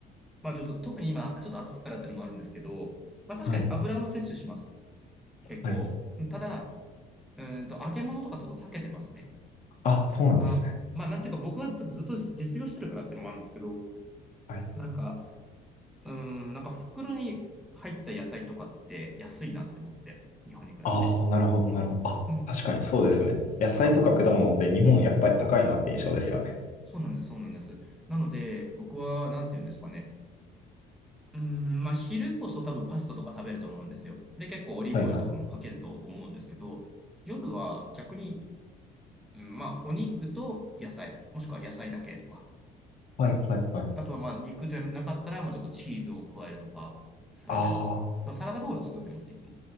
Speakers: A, in the centre; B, on the left (about 50°).
A: まあちょっと特に今、ちょっと暑いからっていうのもあるんですけど、まあ確かに油は摂取します。
B: はい。
A: 結構。
B: はい。
A: ただ、うーんと、揚げ物とかちょっと避けてますね。
B: あ、そうなんですね。
A: あ、まあ、なんていうか、僕はちょっとずっと実用してるからってのもあるんですけど、
B: はい。
A: なんか、うーん、なんか袋に入った野菜とかって安いなって思って、日本に比べて。
B: ああ、なるほど、なるほど。あ、
A: うん。
B: 確かにそうですね。野菜とか果物って日本やっぱり高いなって印象ですよね。
A: だから、そうなんです、そうなんです。なので、僕は、なんていうんですかね。うーん、まあ、昼こそ多分パスタとか食べると思うんですよ。で、結構オリーブオイルとかもかけると思うんですけど、
B: はいはい。
A: 夜は逆に、うん、まあ、お肉と野菜、もしくは野菜だけとか、
B: はいはいはい。
A: あとはまあ肉じゃなかったら、まあちょっとチーズを加えるとか、サラダに。
B: あ
A: だからサラダボウル作ってます、いつも。